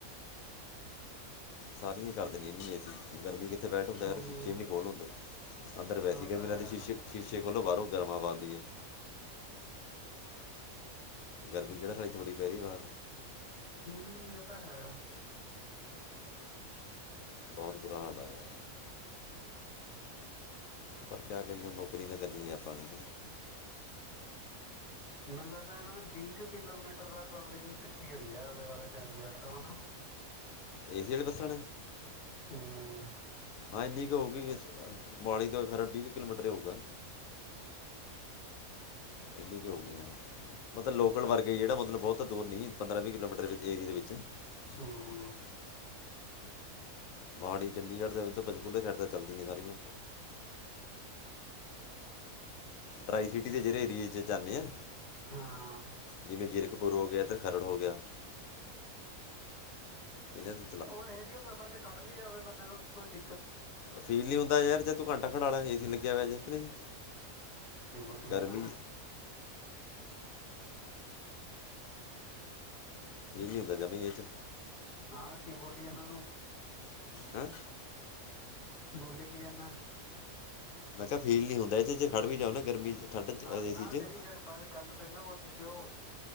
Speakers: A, on the left; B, on the left.
A: ਸਾਰੀਆਂ ਹੀ ਕਰ ਦੇਣੀਆਂ ਏ ਸੀ, ਗਰਮੀ ਕਿਤੇ ਬੈਠ ਹੁੰਦਾ, ਯਾਰ
B: ਹੂੰ
A: ਸ਼ੀਸ਼ੇ ਵੀ ਨਹੀਂ ਖੋਲ੍ਹ ਹੁੰਦੇ। ਅੰਦਰ ਵੈਸੇ
B: ਉਹ
A: ਈ ਗਰਮੀ
B: ਤਾਂ ਹੈ
A: ਲੱਗਦੀ ਏ, ਸ਼ੀਸ਼ੇ, ਸ਼ੀਸ਼ੇ ਖੋਲੋ ਬਾਹਰੋਂ ਗਰਮ ਹਵਾ ਆਉਂਦੀ ਹੈ। ਗਰਮੀ ਕਿਹੜਾ, ਸਾਲੀ ਥੋੜ੍ਹੀ ਪੈ ਰਹੀ ਏ ਬਾਹਰ।
B: ਠੀਕ, ਇਹ ਤਾਂ ਹੈ।
A: ਬਹੁਤ ਬੁਰਾ, ਹਾਲ ਹੈ। ਪਰ ਕਿਆ ਕਰੀਏ, ਨੌਕਰੀ ਤਾਂ ਕਰਨੀ ਆਪਾਂ ਨੇ।
B: ਮਤਲਬ ਤਾਂ ਇਹਨਾਂ ਨੇ, ਵੀਹ ਕੁ ਕਿਲੋਮੀਟਰ ਤੱਕ ਕਵਰਿੰਗ ਕੀਤੀ ਹੋਈ ਹੈ, ਆਲੇ-ਦੁਆਲੇ ਚੰਡੀਗੜ੍ਹ ਤੋਂ ਨਾ।
A: ਏਸੀ, ਵਾਲੀ ਬੱਸਾਂ ਨੇ?
B: ਹੂੰ
A: ਹਾਂ ਇੰਨੀ ਕੁ ਹੋਊਗੀ, ਮੋਹਾਲੀ ਤੋਂ ਖਰੜ ਤੀਕ ਕਿਲੋਮੀਟਰ, ਹੋਊਗਾ। ਇੰਨੀ ਕੀ ਹੋਊ ਗੀ, ਹਾਂ। ਮਤਲਬ, ਲੋਕਲ ਵਰਗੇ ਜਿਹੜਾ ਮਤਲਬ, ਬਹੁਤ ਦੂਰ ਨਹੀਂ ਪੰਦਰਾਂ-ਵੀਹ ਕਿਲੋਮੀਟਰ ਏਰੀਏ ਦੇ ਵਿੱਚ
B: ਹੂੰ
A: <unintelligible> ਮੋਹਾਲੀ, ਚੰਡੀਗੜ੍ਹ ਤੇ ਪੰਜਚਕੂਲੇ ਸਾਈਡ ਤੇ ਚੱਲਦੀਆਂ ਸਾਰੀਆਂ। ਟਰਾਈ ਸਿਟੀ, ਦੇ ਜਿਹੜੇ ਏਰੀਏ ਚ ਜਾਂਨੇ ਆ।
B: ਹਾਂ
A: ਜਿਵੇਂ, ਜ਼ੀਰਕਪੁਰ ਹੋ ਗਿਆ ਤੇ ਖਰੜ ਹੋ ਗਿਆ। ਇਹਨਾਂ ਤੇ
B: ਉਹ ਇਹੋ ਜਿਹੀਆਂ ਬੱਸਾਂ ਚ, ਖੜ ਵੀ ਜਾਵੇ ਬੰਦੇ ਨੂੰ ਕੋਈ ਦਿ
A: ਫੀਲ ਨੀ ਹੁੰਦਾ ਯਾਰ, ਜੇ ਤੂੰ ਘੰਟਾ ਖੜਾ ਲਾ, ਏਸੀ ਲੱਗਿਆ ਹੋਇਆ ਜੇ, ਕੇ ਨਹੀਂ?
B: ਕੀ ਬੋਲੀ
A: ਗਰਮੀ
B: ਜਾਨਾ?
A: ਫੀਲ ਨੀ ਹੁੰਦਾ, ਜਮੀ ਇਹ ਚ।
B: ਹਾਂ, ਕੀ ਬੋਲੀ ਜਾਨਾ ਤੂੰ।
A: ਹਾਂ
B: ਬੋਲੀ ਕੀ ਜਾਨਾ?
A: ਮੈਂ ਕਿਹਾ ਫੀਲ ਨੀ ਹੁੰਦਾ, ਇਹ ਚੇ ਖੜ੍ਹ ਵੀ ਜਾਓ ਨਾ ਗਰਮੀ ਚ। ਠੰਡ 'ਚ, ਏਸੀ
B: ਹਾਂ, ਨਾ
A: ਚ
B: ਜਿਹੜੀ ਗੱਲ ਬ ਗੱਲ, ਪਹਿਲਾਂ ਬੋਲੀ ਸੀ ਉਹ ਬੋਲ